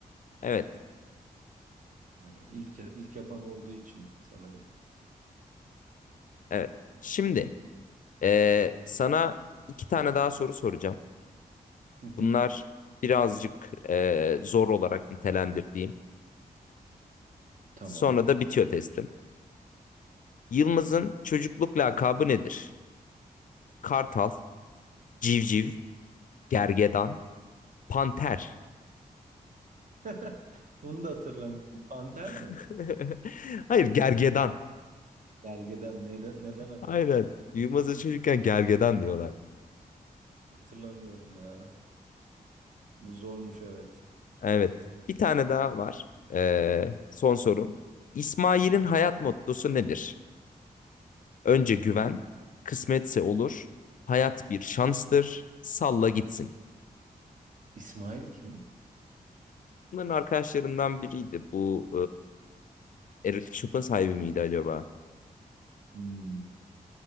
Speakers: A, on the left; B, on the right.
A: Evet,
B: Yani ilk ilk yapan olduğu için sanırım.
A: evet. Şimdi e, sana iki tane daha soru soracağım.
B: Hı hı.
A: Bunlar birazcık e, zor olarak nitelendirdiğim.
B: Tamam.
A: Sonra da bitiyor testim. Yılmaz'ın çocukluk lakabı nedir? Kartal, civciv, gergedan, panter.
B: <laughs> Bunu da hatırlamıyorum. Panter
A: <laughs>
B: mi?
A: Hayır, gergedan.
B: Gergeden neden neden ak-
A: Aynen. Yılmaz'a çocukken gergedan diyorlar.
B: hatırlamıyorum ya. Bu zormuş evet.
A: Evet. Bir tane daha var. Ee,
B: Be-
A: son sorum. İsmail'in hayat mottosu nedir? Önce güven, kısmetse olur, hayat bir şanstır, salla gitsin.
B: İsmail kim?
A: Bunların arkadaşlarından biriydi. Bu e, erotik shop'un sahibi miydi acaba?
B: Hmm.